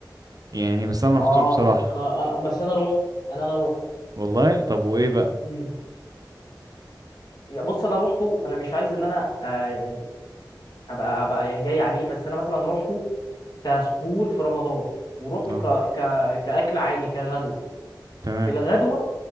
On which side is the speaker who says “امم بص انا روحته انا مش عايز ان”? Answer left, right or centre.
Left